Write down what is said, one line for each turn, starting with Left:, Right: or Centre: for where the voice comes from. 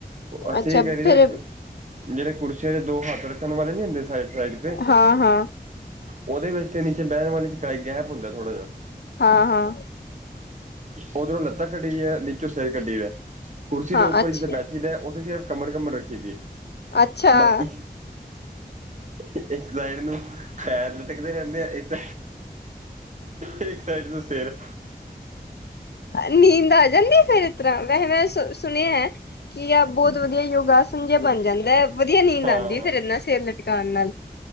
Right: ਅਸੀਂ
Left: ਅੱਛਾ
Right: ਇਹ ਕਰੀਦਾ
Left: ਫੇਰ
Right: ਜਿਹੜੇ ਕੁਰਸੀਆਂ ਦੇ ਦੋ ਹੱਥ ਰੱਖਣ ਵਾਲੇ ਨੀ ਹੁੰਦੇ ਸਾਈਡ ਸਾਈਡ ਤੇ
Left: ਹਾਂ, ਹਾਂ,
Right: ਉਹਦੇ ਵਿੱਚ ਤੇ ਨੀਚੇ ਬਹਿਣ ਵਾਲੀ ਗੈਪ ਹੁੰਦਾ ਥੋੜਾ ਜਾਹਾ
Left: ਹਾਂ ਹਾਂ
Right: ਉਧਰੋਂ ਲੱਤ ਕੱਢੀ ਰਹੀ ਹੈ ਨੀਚੋਂ ਸਿਰ ਕੱਢੀ ਰਿਹਾ ਹੈ ਕੁਰਸੀ
Left: ਹਾਂ
Right: ਦੇ ਉੱਪਰ
Left: ਅੱਛਾ।
Right: ਜਿੱਥੇ ਬੈਠੀ ਦਾ ਉੱਥੇ ਸਿਰਫ਼ ਕਮਰ ਕਮਰ ਰੱਖੀ ਦੀ ਹੈ
Left: ਅੱਛਾ,
Right: ਬਾਕੀ ਇੱਕ ਸਾਈਡ ਨੂੰ ਪੈਰ ਟਕਦੇ ਰਹਿੰਦੇ ਆ ਇੱਕ ਇੱਕ ਸਾਈਡ ਤੋਂ ਸਿਰ
Left: ਨੀਂਦ ਆ ਜਾਂਦੀ ਫੇਰ ਇਸ ਤਰ੍ਹਾਂ ਵੈਸੇ ਮੈਂ ਸੁ ਸੁਣਿਆ ਹੈ ਕੀ ਆ ਬਹੁਤ ਵਧੀਆ ਯੋਗਾਸਨ ਜਿ ਬਣ ਜਾਂਦਾ ਹੈ ਵਧੀਆ ਨੀਂਦ
Right: ਹਾਂ
Left: ਆਉਂਦੀ ਫਿਰ ਇਨਾ ਸਿਰ ਲਟਕਾਉਣ ਨਾਲ